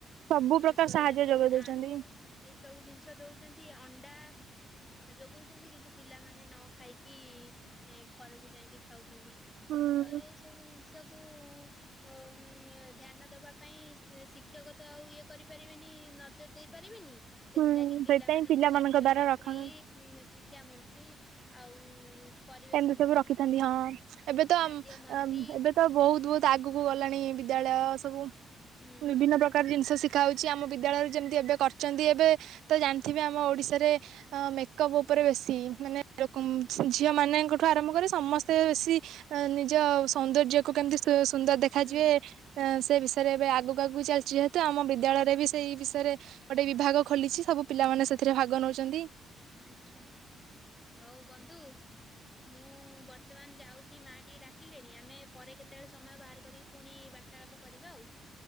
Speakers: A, on the right; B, on the left.
A: ସବୁ
B: ଉଁ,
A: ପ୍ରକାର
B: ସୋୟାବିନ୍,
A: ସାହାଯ୍ୟ ଯୋଗେଇ ଦଉଛନ୍ତି।
B: ଆଳୁ ଏସବୁ ଜିନିଷ ଦୋଉଚନ୍ତି, ଅଣ୍ଡା ଯୋଗଉଛନ୍ତି କିନ୍ତୁ ପିଲାମାନେ ନ ଖାଇକି ଏ ଘରୁକୁ ଯାଇଁକି ଖାଉଚନ୍ତି।
A: ହୁଁ
B: ତ ଏ ସବୁ ଜିନିଷ କୁ ଅ, ଉଁ, ଧ୍ୟାନ ଦବା ପାଇଁ ଶି- ଶିକ୍ଷକ ତ ଆଉ ଇଏ କରିପାରିବେନି ନଜର ଦେଇ ପାରିବେନି, ସେଥିଲାଗି
A: ହୁଁ
B: ପିଲାମାନଙ୍କୁ
A: ସେଇଥିପାଇଁ ପିଲାମାନଙ୍କ
B: ସ୍ୱାସ୍ଥ୍ୟ
A: ଦ୍ଵାରା
B: ମନ୍ତ୍ରୀ
A: ରଖ
B: ଉଁ, ଶିକ୍ଷା ମନ୍ତ୍ରୀ ଆଉ ଉଁ, ପରିବେଶ
A: ଏମିତି ସବୁ
B: ମନ୍ତ୍ରୀ
A: ରଖିଥାନ୍ତି ହଁ ଏବେ ତ
B: ଖାଦ୍ୟ
A: ଆମ୍ ଅ,
B: ମନ୍ତ୍ରୀ
A: ଏବେ ତ ବୋହୁତ ବୋହୁତ ଆଗୁକୁ ଗଲାଣି ବିଦ୍ୟାଳୟ ସବୁ,
B: ହୁଁ
A: ବିଭିନ୍ନ ପ୍ରକାର ଜିନିଷ ଶି ଶିଖାହୋଉଛି ଆମ ବିଦ୍ୟାଳୟରେ ଯେମିତି ଏବେ କରିଛନ୍ତି। ଏବେ ତ ଜାଣିଥିବେ ଆମ ଓଡ଼ିଶାରେ ମେକଅପ୍ ଓପରେ ବେଶୀ ମାନେ ଲୋକମ୍ ଝିଅ ଝିଅ ମାନେଙ୍କଠୁ ଆରମ୍ଭ କରି ସମସ୍ତେ ବେଶି ନିଜ ସୌନ୍ଦର୍ଯ୍ୟକୁ କେମିତି ସୁ ସୁନ୍ଦର୍ ଦେଖାଯିବେ।
B: ହୁଁ
A: ଏଁ ସେ ବିଷୟରେ ଏବେ ଆଗୁକୁ ଆଗୁକୁ ଚାଲିଛି ଯେହେତୁ ଆମ ବିଦ୍ୟାଳୟରେ ବି ସେଇ ବିଷୟରେ ଗୋଟେ ବିଭାଗ ଖୋଲିଛି ସବୁ ପିଲାମାନେ ସେଥିରେ ଭାଗ ନଉଚନ୍ତି।
B: ଆଛା ହୋଉ ବନ୍ଧୁ ମୁଁ ବର୍ତ୍ତମାନ୍ ଯାଉଛି ମା ଟିକେ ଡାକିଲେଣି ଆମେ ପରେ କେତେବେଳେ ସମୟ ବାହାର କରିକି ପୁଣି ବା ତ୍ତାଳାପ କରିବା ଆଉ।